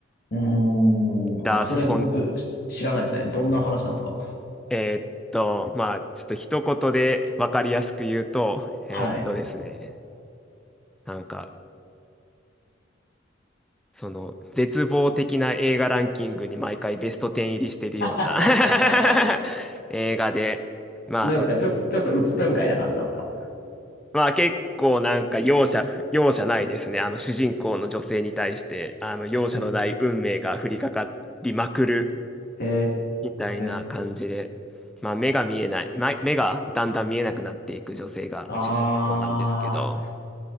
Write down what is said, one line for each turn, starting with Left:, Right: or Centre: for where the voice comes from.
Left: うーん、
Centre: ダース・
Left: あ、それ僕し知らないですね。
Centre: フォン、
Left: どんな話なんですか
Centre: えーっと、まあ、ちょっと一言で分かりやすく言うと、えーっとですね、
Left: はい。
Centre: なんか、その、絶望的な映画ランキングに毎回ベスト10入りしてるような
Left: <laughs>
Centre: <laughs> 映画で、まあ、
Left: なんですかちょ、
Centre: その、
Left: ちょっと鬱展開な感じなんですか
Centre: まあ結構なんか容赦、容赦ないですね。あの主人公の女性に対して、あの容赦のない運命が降りかかりまくる
Left: ええ
Centre: みたいな感じで、
Left: ー
Centre: まあ目が見えない、ま目がだんだん見えなくなっていく女性が主人公なんですけど、
Left: ああ、